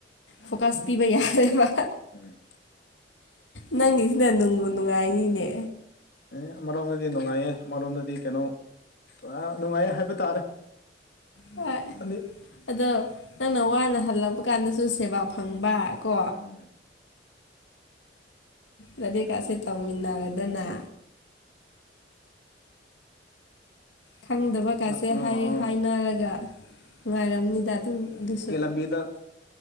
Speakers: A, on the left; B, on the left.
A: ꯐꯣꯀꯥꯁ ꯄꯤꯕ ꯌꯥꯔꯦꯕ
B: ꯎꯝ
A: ꯅꯪꯒꯤꯁꯤꯅ ꯅꯨꯡꯕꯨ ꯅꯨꯡꯉꯥꯏꯅꯤꯅꯦ
B: ꯑꯦ ꯑꯃꯔꯣꯝꯗꯗꯤ ꯅꯨꯡꯉꯥꯏꯌꯦ ꯑꯃꯣꯝꯗꯗꯤ ꯀꯩꯅꯣ ꯕ ꯅꯨꯡꯉꯥꯏ ꯍꯥꯏꯕ ꯇꯥꯔꯦ
A: ꯍꯣꯏ
B: ꯑꯅꯤ
A: ꯑꯗꯣ ꯅꯪꯅ ꯋꯥꯅ ꯍꯜꯂꯕ ꯀꯥꯟꯗꯁꯨ ꯁꯦꯕꯥ ꯐꯪꯕ ꯀꯣ
B: ꯎꯝ
A: ꯂꯗꯦꯀꯥꯁꯦ ꯇꯧꯃꯤꯟꯅꯔꯗꯅ ꯈꯪꯗꯕ ꯀꯥꯁꯦ
B: ꯑꯥ
A: ꯍꯥꯏ
B: ꯑꯥ
A: ꯍꯥꯏꯅꯔꯒ ꯅꯨꯡꯉꯥꯏꯔꯝꯅꯤꯗ ꯑꯗꯨ ꯑꯗꯨꯁꯨ
B: ꯕꯤꯗ